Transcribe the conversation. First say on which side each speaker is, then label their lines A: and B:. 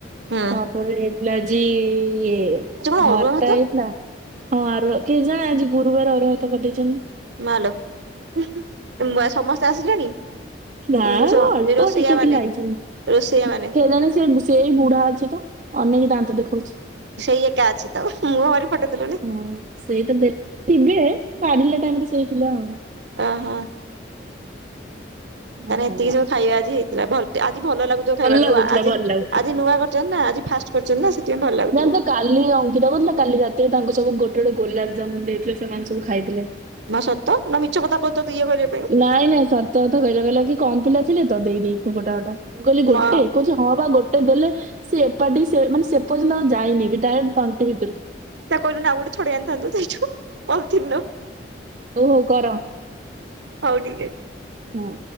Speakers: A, on the right; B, on the right.
A: ଆଜି
B: ତାପରେ ହେଇଥିଲା ଆଜି ଇଏ
A: କଣ
B: ଭର୍ତ୍ତା
A: ଅରୁଆ ଭାତ
B: ହେଇଥିଲା ହଁ ଆରୁଅ କେଜାଣି ଆଜି ଗୁରୁବାର ଅରୁଆ ଭାତ କରିଦେଇଚନ୍ତି।
A: ମାଲୋ <unintelligible> ସମସ୍ତେ ଆସିଲେଣି?
B: ନାଇଁମ
A: ବୁଝ
B: ଅଳ୍ପ
A: ରୋଷେଇଆ
B: ଟିକେ
A: ମାନେ
B: ପିଲା ଆଇଚନ୍ତି,
A: ରୋଷେଇଆ ମାନେ
B: କେଜାଣି ସେ ସେଇ ବୁଢା ଅଛି ତ। ଅନେଇକି ଦାନ୍ତ ଦେଖୋଉଚି।
A: ସେଇ ଏକା ଅଛି ତ, ମୁହଁ ମାରି ଫଟେଇ ଦେଲୁନି।
B: ହଁ ସେଇ ତ ବେ ଥିବେ ବାଢିଲା ଟାଇମ୍ ରେ ସେଇ ଥିଲା ଆଉ।
A: ଓହୋ। ତାହେନେ
B: ଓହୋ
A: ଏତିକି ସବୁ ଖାଇବା ଆଜି ହେଇଥିଲା ଭଲ୍ ଆଜି ଭଲ ଲାଗୁଥିବ ଖାଇବା
B: ଲାଗୁଥିଲା
A: ନୂଆ ଆଜି-ଆଜି
B: ଭଲ ଲାଗୁଥିଲା।
A: ନୂଆ କରିଚନ୍ତି ନା ଆଜି ଫାଷ୍ଟ କରିଚନ୍ତି ନା ସେଥିପାଇଁ ଭଲ ଲାଗୁଥିବ।
B: ଜାଣିଛ କାଲି ଅଙ୍କିତା କହୁଥିଲା କାଲି ରାତିରେ ତାଙ୍କୁ ସବୁ ଗୋଟେ-ଗୋଟେ ଗୋଲାପଜାମୁନ୍ ଦେଇଥିଲେ ସେମାନେ ସବୁ ଖାଇଥିଲେ।
A: ମା ସତ ନା ମିଛ କଥା କହି ତତେ ଇଏ କରିବେ
B: ନାଇଁ-ନାଇଁ ସତକଥା କହିଲା, କହିଲା କି କମ୍ ପିଲା ଥିଲେ ତ ଦେଇ ଦେଇଚି ଗୋଟା-ଗୋଟା ମୁଁ କହିଲି ଗୋଟେ
A: ମା
B: କହୁଚି ହଁ ବା ଗୋଟେ ଦେଲେ ସିଏ ଏପାଟି ସେ ମାନେ ସେପର୍ଯ୍ୟନ୍ତ ଆଉ ଯାଇନି ବି ଡାଇରେକ୍ଟ ତଣ୍ଟି ଭିତରୁ
A: ତାକୁ କହିଲୁନୁ ଆଉ ଗୋଟେ ଛଡେଇଆଣିଥାନ୍ତୁ <unintelligible>
B: ଓହୋ କର
A: ହଉ ଠିକ୍ ଅଛି।
B: ହଁ।